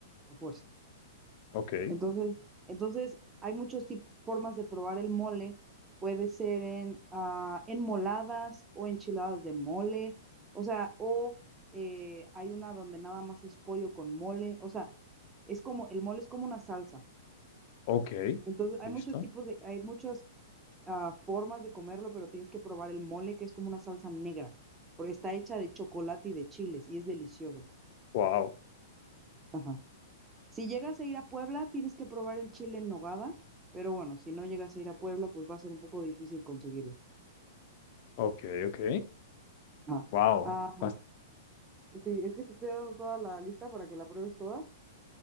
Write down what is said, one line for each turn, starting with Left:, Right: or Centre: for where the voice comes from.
Right: a fuerza.
Left: ok,
Right: Entonces, entonces hay muchas tip- formas de probar el mole. Puede ser en ah, enmoladas o enchiladas de mole. O sea, o eh, hay una donde nada más es pollo con mole. O sea, es como, el mole es como una salsa.
Left: ok.
Right: Entonces, hay
Left: Listo.
Right: muchos tipos de, hay muchas ah, formas de comerlo, pero tienes que probar el mole, que es como una salsa negra, porque está hecha de chocolate y de chiles y es deliciosa.
Left: Wow.
Right: Ajá. Si llegas a ir a Puebla, tienes que probar el chile en nogada, pero bueno, si no llegas a ir a Puebla, pues va a ser un poco difícil conseguirlo.
Left: Ok, ok.
Right: Ajá.
Left: Wow.
Right: Ah,
Left: bas-
Right: sí, es que te estoy dando toda la lista para que la pruebes toda.